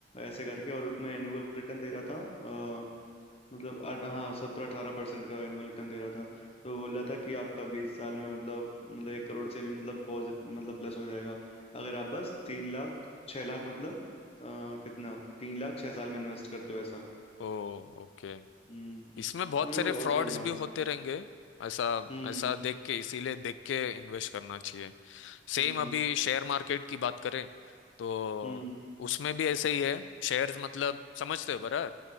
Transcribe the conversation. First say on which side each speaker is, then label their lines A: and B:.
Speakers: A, on the left (about 35°); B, on the left (about 80°).
A: ऐसे करके और उसमें एनुअल रिटर्न दे रहा था मतलब आठ- हाँ सत्रह अठारह परसेंट का एनुअल रिटर्न दे रहा था तो बोल रहा था कि आपका बीस साल में मतलब मतलब एक करोड़ से भी मतलब पॉजिटिव मतलब प्लस हो जाएगा अगर आप बस तीन लाख छह लाख मतलब अ, कितना तीन लाख छह साल में इन्वेस्ट करते हो ऐसा
B: ओ ओके
A: हम्म
B: इसमें बहुत
A: मेरे
B: सारे
A: को
B: फ्रॉड्स
A: बहुत सही लगा
B: भी होते रहेंगे ऐसा
A: हम्म
B: ऐसा देख के इसीलिए देख के इन्वेस्ट करना चाहिए सेम
A: हम्म
B: अभी शेयर मार्केट की बात करें तो
A: हम्म
B: उसमें भी ऐसे ही है शेयर्स मतलब समझते हो बराबर